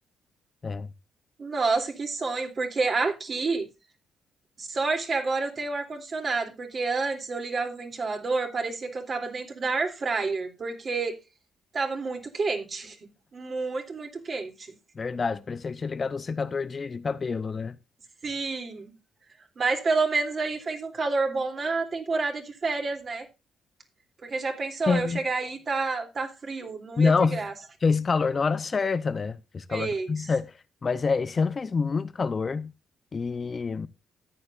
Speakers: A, on the left; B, on the right.
A: É,
B: Nossa, que sonho, porque aqui, sorte que agora eu tenho ar-condicionado, porque antes eu ligava o ventilador, parecia que eu tava dentro da air fryer, porque tava muito quente. <laughs> Muito, muito quente.
A: verdade. Parecia que tinha ligado um secador de, de cabelo, né?
B: Sim, mas pelo menos aí fez um calor bom na temporada de férias, né? Porque já pensou,
A: É.
B: eu chegar aí e tá, tá frio, não
A: Não,
B: ia ter graça.
A: fez calor na hora certa, né? Fez calor
B: Fez.
A: na hora certa. Mas é, esse ano fez muito calor. e